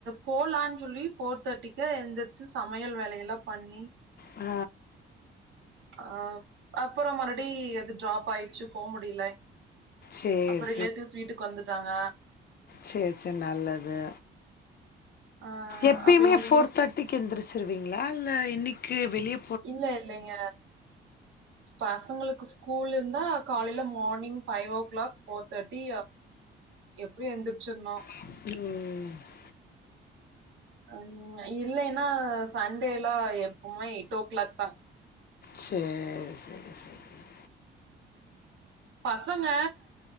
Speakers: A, on the right; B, on the left.
A: போலான்னு சொல்லி போர் தேர்ட்டிக்கு எந்திரிச்சு சமையல் வேலையெல்ல பண்ணி
B: ஆ
A: ஆ அப்புறோ மறுடி அது ட்ராப் ஆயிருச்சு போ முடில
B: சரி
A: அப்புறோ ரிலேட்டடீஸ் வீட்டுக்கு வந்துட்டாங்க
B: சேரி சேரி நல்லது
A: ஆ
B: எப்பயுமே
A: அப்ப இன்னைக்கே
B: ஃபோர் தட்டி திக்கு எந்திரிச்சுருவீங்களா இல்ல இன்னைக்கு வெளிய
A: இல்ல இல்லைங்க பசங்களுக்கு ஸ்கூல் இருந்தா காலையில morning five o'clock four thirty எப்டியு எந்திரிச்சிருனு
B: ம்
A: ம் இல்லைன்னா சண்டேல எப்பவுமே எயிட் ஓ கிளாக் தா
B: சேரி செரி செரி செ
A: அ பசங்க